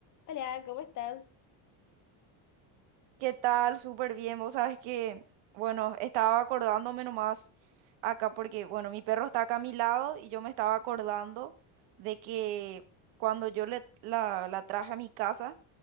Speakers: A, on the left; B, on the right.
A: Hola, ¿cómo estás?
B: ¿Qué tal? Súper bien. Vos sabes que, bueno, estaba acordándome nomás acá porque, bueno, mi perro está acá a mi lado y yo me estaba acordando de que cuando yo le, la, la traje a mi casa,